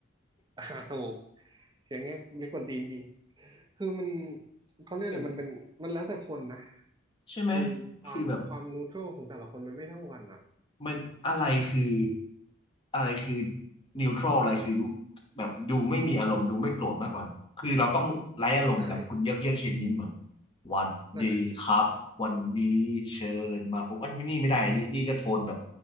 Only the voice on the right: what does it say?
อ่าถูกเสียงเงี้ยเรียกควนตีนดีคือมันเขาเรียกอะไรมันเป็นมันแล้วแต่คนนะ
คือความความนูทรัลของแต่ละคนมันไม่เท่ากันอ่ะ
ใช่
นั่นน่ะสิ